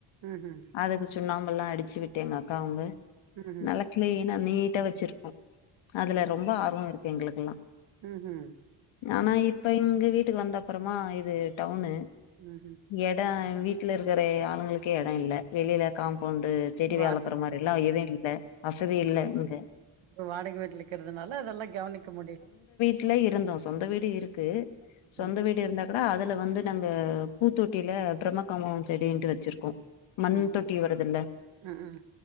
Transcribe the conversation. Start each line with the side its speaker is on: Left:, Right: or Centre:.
Right: ம் ஹும்
Left: அதுக்கு சுண்ணாம்பெல்லா அடிச்சு விட்டு எங்க அக்கா அவுங்க
Right: ம்ஹூம்
Left: நல்ல கிளீனா நீட்டா வச்சிருப்போ அதுல ரொம்ப ஆர்வோ இருக்கு எங்களுக்கெல்லா
Right: ம் ஹும்
Left: ஆனா இப்ப இங்க வீட்டுக்கு வந்த அப்பறமா இது டவுனு
Right: ம்ஹும்
Left: எடோ வீ ட்டுல இருக்கிறே அவுங்களுக்கே எட இல்ல வெளில காம்பவுண்டு செடிலா
Right: வா
Left: வெளரக்கற மாரி எல்லா எது இல்ல வசதி இல்ல இங்க
Right: இப்ப வாடக வீட்ல இக்கிறது நாலா அதெல்லா கவனிக்க முடியு
Left: ட்லயே இருந்தோ சொந்த வீடு இருக்கு சொந்த
Right: ம்
Left: வீடு இருந்தா கூட அதுல வந்து நம்ப பூத்தொட்டில பிரம்மகமலோ செடின்ட்டு வச்சிருக்கோ மண்
Right: ம்
Left: தொட்டி வருதுல்ல
Right: ம் ம்